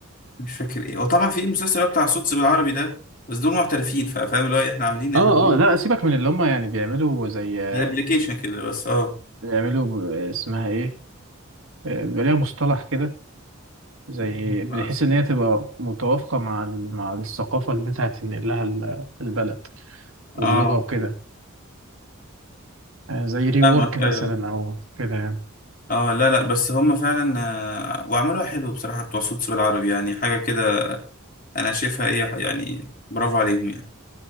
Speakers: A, on the left; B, on the right.
A: مش فاكر إيه وطبعا في المسلسل بتاع صوت بالعربي ده بس دول محترفين فا- فاهم اللي هو إيه، إحنا عاملين إحنا
B: اه
A: عاملين
B: اه لا سيبك من اللي هم يعني بيعملوا زي آه،
A: ده أبلكيشن كده بس أه
B: بيعملوا آه، اسمها ايه آه، بيبقى ليها مصطلح كده زي
A: <laughs>
B: بحيث ان هي تبقى متوافقه مع ال- مع الثقافه اللي انت هتنقل لها ال- البلد واللغه
A: آه
B: وكده آه، زي ري
A: فاهمك
B: وورك
A: أيوه
B: مثلا او كده يعني.
A: اه لا لا بس هم فعلا آه، وعملوها حلو بصراحة بتوع صوت سوق العربي يعني حاجة كده أنا شايفها إيه يعني برافو عليهم يعني